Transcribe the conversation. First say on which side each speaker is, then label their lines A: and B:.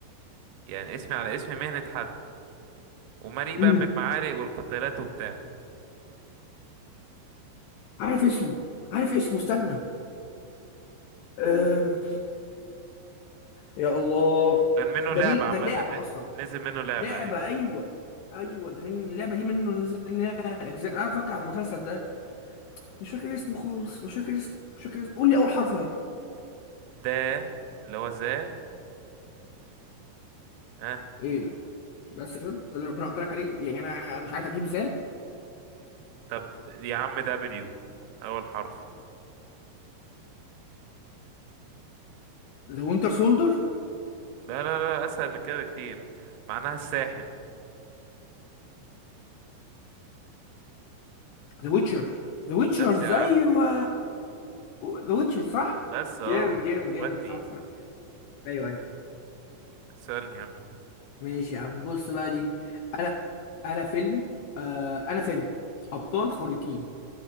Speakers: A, on the right (about 75°); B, on the left (about 85°).
A: يعني اسمي على اسم مهنة حد ومليء بقى
B: امم
A: بالمعارك والقتالات وبتاع
B: عارف اسمه عارف اسمه استنى أم. يا الله
A: كان منه
B: ده
A: لعبة
B: ليه
A: عامة
B: ده لعبة
A: ن-
B: أصلا
A: نزل منه لعبة
B: لعبة
A: أيوة
B: أيوة أيوة ده من اللعبة دي منه نزل لها أجزاء أنا فاكر على المسلسل ده مش فاكر اسمه خالص مش فاكر اسمه مش فاكر اسمه قول لي أول حرف طيب
A: ده اللي هو ذا اه
B: إيه ده بس كده ده اللي ربنا قدرك عليه يعني أنا أنا مش عارف أجيب ازاي
A: طب يا عم دبليو أول حرف
B: ذا وينتر سولدر
A: لا لا لا أسهل من كده بكتير معناها الساحر
B: ذا ويتشر ذا ويتشرز
A: بس يا عم
B: أيوة ذا ويتشر صح
A: بس اه
B: جامد جامد جامد
A: ودي
B: صح صح أيوة أيوة
A: سألني يلا
B: ماشي يا عم بص بقى دي أنا أنا فيلم آه أنا فيلم أبطال خارقين